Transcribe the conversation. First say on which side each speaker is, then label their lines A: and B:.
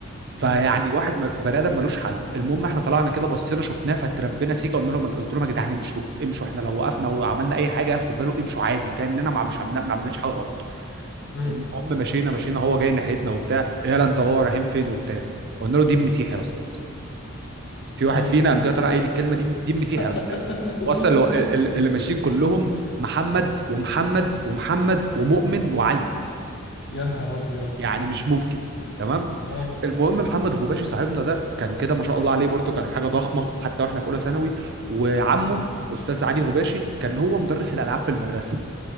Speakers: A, on the right (about 50°); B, on the left (about 55°).
A: فيعني
B: مم.
A: واحد مل... بني ادم ملوش حل المهم احنا طلعنا كده
B: مم.
A: بصينا شفناه فتربنا سيكا قلنا لهم قلت لهم يا جدعان امشوا امشوا احنا لو وقفنا وعملنا اي حاجه ياخد باله امشوا عادي كاننا ما مش عملنا ما عملناش حاجه غلط
B: مم.
A: المهم مشينا مشينا هو جاي ناحيتنا وبتاع إيه يلا انت وهو رايحين فين وبتاع قلنا له دي المسيح يا استاذ في واحد
B: مم.
A: فينا قام جاي طالع قايل الكلمه دي دي المسيح يا استاذ
B: <laughs>
A: وصل الو- ال- ال- اللي ماشيين كلهم محمد ومحمد ومحمد ومؤمن وعلي
B: يا نهار ابيض
A: يعني مش ممكن تمام
B: اه
A: المهم محمد غباشي صاحبنا ده كان كده ما شاء الله عليه برضه كان حاجه ضخمه حتى واحنا في اولى ثانوي وعمه
B: مم.
A: استاذ علي غباشي كان هو مدرس الالعاب في المدرسه